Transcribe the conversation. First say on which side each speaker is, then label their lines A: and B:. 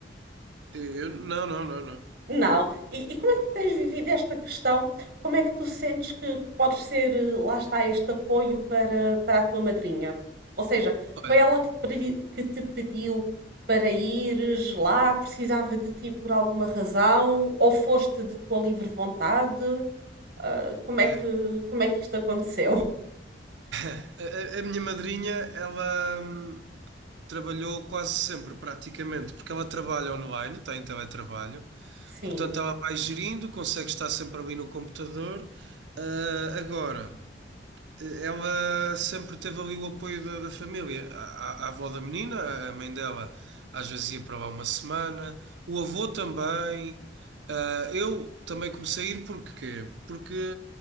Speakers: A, on the right; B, on the right.
A: eu, não, não, não, não.
B: Não. E, e como é que tu tens vivido esta questão? Como é que tu sentes que, que podes ser, eh, lá está, este apoio para, para a tua madrinha? Ou seja, foi
A: Olha,
B: ela que te, pedi- que te pediu para ires lá, precisava de ti por alguma razão, ou foste de tua livre vontade? Ah, como é
A: olha,
B: que, como é que isto aconteceu?
A: a, a- a minha madrinha, ela hum, trabalhou quase sempre, praticamente, porque ela trabalha online, está em teletrabalho,
B: <laughs> Sim,
A: portanto ela vai gerindo, consegue estar sempre ali no computador. Ah, agora. Ela sempre teve ali o apoio da, da família. A, a- a avó da menina, a mãe dela, às vezes ia para lá uma semana. O avô também. Ah, eu também comecei a ir porquê? Porque